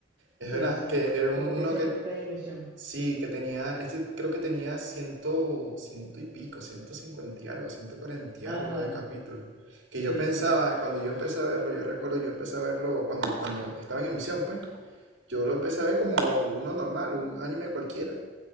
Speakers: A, on the right (about 20°); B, on the right (about 60°).
A: Sí,
B: es verdad,
A: sí,
B: que era un-
A: como que
B: uno
A: siempre
B: que,
A: está en emisión.
B: sí, que tenía, este creo que tenía ciento, ciento y pico, ciento cincuenta y algo, ciento cuarenta y
A: Ajá,
B: algo de capítulo, que
A: sí,
B: yo pensaba,
A: sí.
B: cuando yo empecé a verlo, yo recuerdo, yo empecé a verlo cuando, cuando estaba en emisión, pues, yo lo empecé a ver como uno normal, un anime cualquiera,